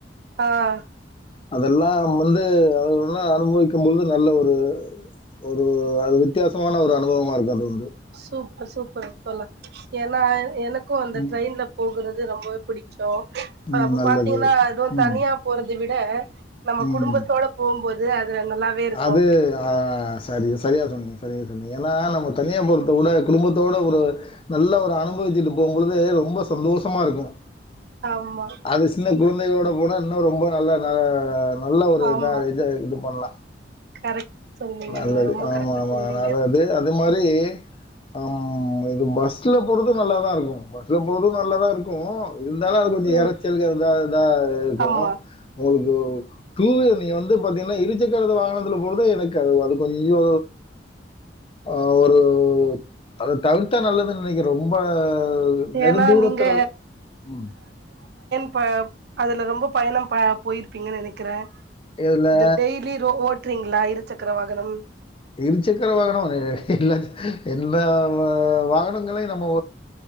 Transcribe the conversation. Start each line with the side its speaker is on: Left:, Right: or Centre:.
Right: ஆஹ்
Left: அதெல்லாம் வந்து அதனா அனுபவிக்கும்பழுது நல்ல ஒரு ஒரு அது வித்தியாசமான ஒரு அனுபவமா இருக்கு அது வந்து
Right: சூப்பர் சூப் <unintelligible> எனக்கும் அந்த
Left: ம்,
Right: ட்ரெயின்ல போறது அது ரொம்பவே பிடிக்கும்
Left: ம்.
Right: அப்ப
Left: நல்லது.
Right: பாத்தீங்கன்னா எதுவும்
Left: ம்,
Right: தனியா போறது விட் ந நம்ம
Left: ம்.
Right: குடும்பத்தோட போம்போது <unintelligible> இருக்கு
Left: அது ஆஹ் சரி சரியா சொன்னீங்க சரியா சொன்னீங்க ஏன்னா நம்ம தனியாபுரத்த விட குடும்பத்தோட ஒரு நல்ல ஒரு அனுபவிச்சுட்டு போகம்போது ரொம்ப சந்தோஷமா இருக்கும்
Right: ஆமா
Left: அது சின்ன கு குழந்தைகளோட போனா இன்னும் ரொம்ப நல்லா நல்ல ஒரு
Right: ஆமா
Left: இதா இது பண்ணலாம்
Right: கரெக்ட் சொன்னீங்க
Left: நல்லது
Right: நீங்க ரொம்ப
Left: ஆமா
Right: கரெக்டா
Left: ஆமா
Right: சொன்னீங்க
Left: ஆனாலு வந்து அது மாரி அம் இது பஸ்ல போறது ம் நல்லாதா இருக்கும் பஸ்ல போறது நல்லாதா இருக்கும் இருந்தாலு அது கொஞ்ச
Right: ம்
Left: எரச்சல்க அதா இதா இருக்கு
Right: ஆமா
Left: உங்களுக்கு டூ வீலர் நீங்க வந்து பாத்தீங்கன்னா இரு சக்கர வாகனத்தில போறது எனக் கொ அது கொஞ்சோ ஆ ஒரு அத தவிர்த்தா நல்லதுன் இன்னைக்கு ரொம்ப நெடுந்தூரத்துல
Right: ஏன்னா நீங்க
Left: உம்
Right: ப்ப அதுல ரொம்ப பயணம் ப போயிருப்பீங்கன்னு நெனைக்கிறே
Left: இதுல
Right: அது டெய்லி ரோ ஓ ட்றீங்களா இரு சக்கர வாகனம்
Left: இரு சக்கர வாகனோ எல்லா எல்லா வா வாகனங்களையு நம்ம